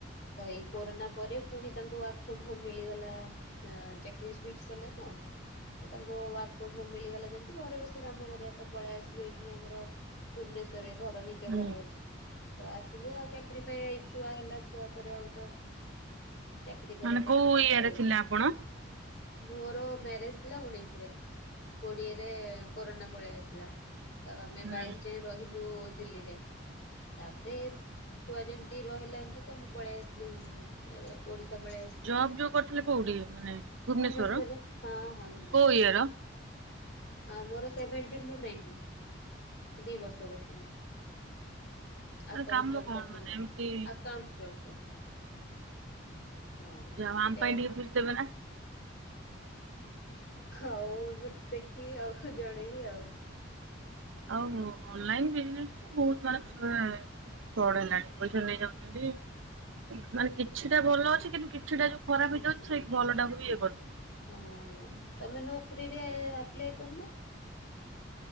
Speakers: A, on the left; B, on the right.
A: ତ ଏଇ କୋରୋନା ପରେ ପୁଣି ତାଙ୍କୁ ୱାର୍କ ଫ୍ରମ୍ ହୋମ୍ ମିଳିଗଲା। ଅଁ ଚାକିର ସୁଇଚ କଲେ ତ ତାଙ୍କ ବା ମିଳିଗଲା ଯେମିତି ଘରେ ବସି କାମ କରିବା ତ ପଳେଇ ଆସିଲୁ ଏଇଠି ଆମର ଭୁବନେଶ୍ବରରେ ଘର ନି ନିଜ
B: ହୁଁ
A: ଘର ଅଛି ତ ଆସିଲୁ ଆଉ ଚାକିରି ପାଇଁ ଏଇ ଛୁଆ ହେଲା ଛୁଆ ପରେ ଆଉ ତ ଚାକରୀ କରିବା
B: ମାନେ
A: ଟା
B: କୋଉ
A: ବି କଷ୍ଟ
B: ଇଏରେ
A: ହେଇଗଲା।
B: ଥିଲେ ଆପଣ?
A: ମୋର ମ୍ୟାରେଜ ଥିଲା ଉଣେଇଶ ରେ କୋଡିଏରେ କୋରୋନା ପଳେଇ ଆସିଲା। ତ ଆମେ
B: ହୁଁ
A: ବାଇଶ ଯାଏ ରହିଲୁ ଦିଲ୍ଲୀରେ ତାପରେ ଛୁଆ ଯେମିତି ରହିଲା ଏମିତି ତ ମୁଁ ପଳେଇ ଆସିଲି ଓଡ଼ିଶା ପଳେଇ ଆସିଲି।
B: ସବ ଯୋଉ କରିଥିଲେ କୋଉଠି? ମାନେ ଭୁବନେଶ୍ବର
A: ଭୁବନେଶ୍ୱରରେ ହଁ ହଁ ଭୁବନେଶ୍ୱରରେ
B: କୋଉ ଇୟର?
A: ମୋର ସେଭେଣ୍ଟିନ ରୁ ନାଇଣ୍ଟିନ୍ ଦି ବର୍ଷ କରିଥିଲି।
B: ମାନେ
A: ଆକାଉଣ୍ଟ
B: କାମ
A: ଜବ୍
B: କଣ
A: କରିଥିଲେ।
B: ମାନେ ଏମିତି
A: ଆ ଆଉଣ୍ଟ ଜବ୍ କରିଥିଲେ, ହଁ
B: ଯାହା ହଉ
A: ଗୋଟେ
B: ଆମ ପାଇଁ ଟିକେ ବୁଝିଦେବେ ନା
A: ହଉ ମୁ ଦେଖିବି ଆଉ ଜଣେଇବି ଆଉ।
B: ଆଉ ଅନଲାଇନ ବିଜନେସ ତ ବହୁତ ମାନେ ଫ୍ରଡ୍ ହେଲାଣି ପଇସା ନେଇଯାଉଛନ୍ତି, ମାନେ କିଛିଟା ଭଲ ଅଛି କିନ୍ତୁ କିଛିଟା ଯୋଉ ଖରାପ
A: ହୁଁ।
B: ହେଇଯାଉଛି ସେ ଭଲକୁ ଟା କୁ ବି ଇଏ କରୁ
A: ହଁ ତମେ ନୋକରିରେ ଆପ୍ଲାଏ କରୁନ